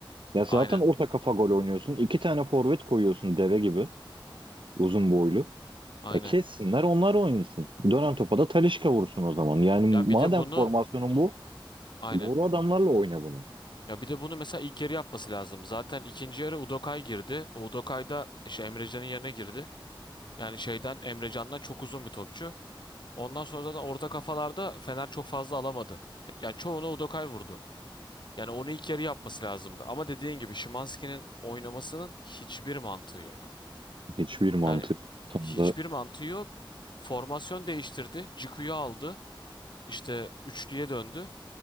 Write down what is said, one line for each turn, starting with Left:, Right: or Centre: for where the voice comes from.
Right: Ya zaten
Left: Aynen.
Right: orta kafa gol oynuyorsun. İki tane forvet koyuyorsun deve gibi. Uzun boylu.
Left: Aynen.
Right: E kessinler onlar oynasın. Dönen topa da Talisca vursun o zaman. Yani
Left: Ya bir
Right: madem
Left: de bunu
Right: formasyonun bu
Left: aynen.
Right: doğru adamlarla oyna bunu.
Left: Ya bir de bunu mesela ilk yarı yapması lazım. Zaten ikinci yarı Udokay girdi. O Udokay da işte Emrecan'ın yerine girdi. Yani şeyden Emrecan'dan çok uzun bir topçu. Ondan sonra zaten orta kafalarda Fener çok fazla alamadı. Yani çoğunu Udokay vurdu. Yani onu ilk yarı yapması lazımdı. Ama dediğin gibi Szymański'nin oynamasının hiçbir mantığı yok.
Right: Hiçbir mantık
Left: Yani
Right: tam
Left: hiçbir
Right: da.
Left: mantığı yok. Formasyon değiştirdi. Ciku'yu aldı. İşte üçlüye döndü.